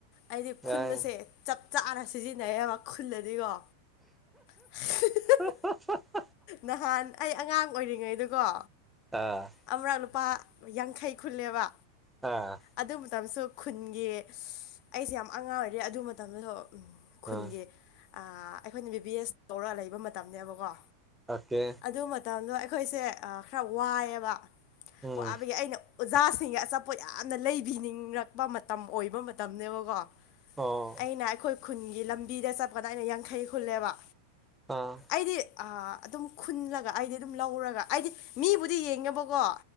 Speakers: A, on the left; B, in the centre.
A: ꯑꯩꯗꯤ
B: ꯌꯥꯏ
A: ꯈꯨꯟꯕꯁꯦ ꯆꯞ ꯆꯥꯅ ꯁꯤꯖꯤꯟꯅꯩꯌꯦꯕ ꯈꯨꯜꯂꯗꯤꯀꯣ ꯈꯍꯥ ꯍꯥ ꯍ
B: ꯍꯥ ꯍꯥ ꯍ
A: ꯅꯍꯥꯟ ꯑꯩ ꯑꯉꯥꯡ ꯑꯣꯏꯔꯤꯉꯩꯗꯀꯣ
B: ꯑꯥ
A: ꯑꯃꯔꯛ ꯂꯨꯄꯥ ꯌꯥꯡꯈꯩ ꯈꯨꯜꯂꯦꯕ
B: ꯑꯥ
A: ꯑꯗꯨ ꯃꯇꯝꯁꯨ ꯈꯨꯟꯒꯤ ꯑꯩꯁꯦ ꯌꯥꯝ ꯑꯉꯥꯡ ꯑꯣꯏꯔꯤ ꯑꯗꯨ ꯃꯇꯝꯗꯁꯨ ꯈꯨꯟꯒꯤ
B: ꯑꯥ
A: ꯑꯥ ꯑꯩꯈꯣꯏꯅ ꯕꯤ ꯕꯤ ꯑꯦꯁ ꯇꯧꯔ ꯂꯩꯕ ꯃꯇꯝꯅꯦꯕꯀꯣ
B: ꯑꯣꯀꯦ
A: ꯑꯗꯨ ꯃꯇꯝꯗꯣ ꯑꯩꯈꯣꯏꯁꯦ ꯑꯥ ꯈꯔ ꯋꯥꯏꯑꯦꯕ
B: ꯎꯝ
A: ꯋꯥꯕꯒꯤ ꯑꯩꯅ ꯑꯣꯖꯥꯁꯤꯡꯒꯤ ꯑꯆꯥꯄꯣꯠ ꯌꯥꯝꯅ ꯂꯩꯕꯤꯅꯤꯡꯂꯛꯄ ꯃꯇꯝ ꯑꯣꯏꯕ ꯃꯇꯝꯅꯦꯕꯀꯣ
B: ꯑꯣ
A: ꯑꯩꯅ ꯑꯩꯈꯣꯏ ꯈꯨꯟꯒꯤ ꯂꯝꯕꯤꯗ ꯆꯠꯄꯗ ꯑꯩꯅ ꯌꯥꯡꯈꯩ ꯈꯨꯜꯂꯦꯕ
B: ꯑꯥ
A: ꯑꯩꯗꯤ ꯑꯥ ꯑꯗꯨꯝ ꯈꯨꯜꯂꯒ ꯑꯩꯗꯤ ꯑꯗꯨꯝ ꯂꯧꯔꯒ ꯑꯩꯗꯤ ꯃꯤꯕꯨꯗꯤ ꯌꯦꯡꯉꯦꯕꯀꯣ